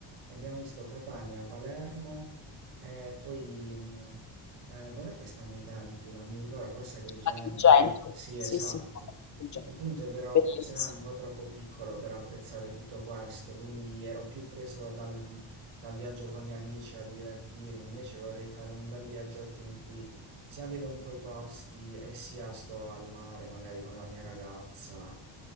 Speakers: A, on the right; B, on the left.
A: Abbiamo visto Catania, Palermo, e poi mh, eh, dov'è che stanno i templi? Non mi ricordo, forse Agrigento.
B: A Agrigento,
A: Sì, esatto.
B: sì, sì, Agrigento,
A: Il punto è che ero,
B: bellissi
A: secondo me, un po' troppo piccolo per apprezzare tutto questo, quindi ero più preso dal, dal viaggio con gli amici, al divertirmi. Invece vorrei fare un bel viaggetto in cui sia vedo un po' i posti e sia sto al mare, magari con la mia ragazza.